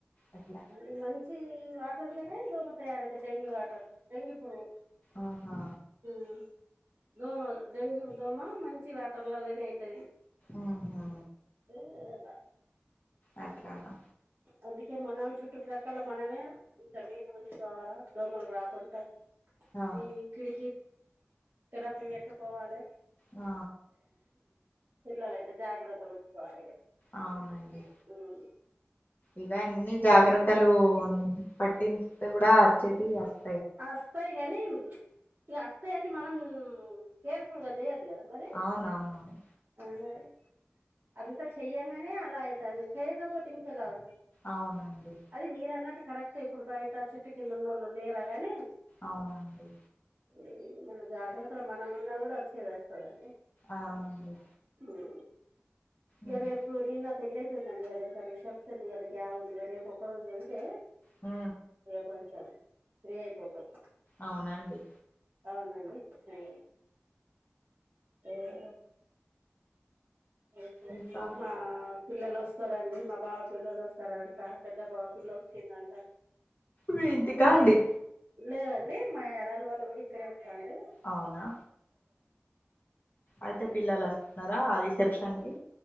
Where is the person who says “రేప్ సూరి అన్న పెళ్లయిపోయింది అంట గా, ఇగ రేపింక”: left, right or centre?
Right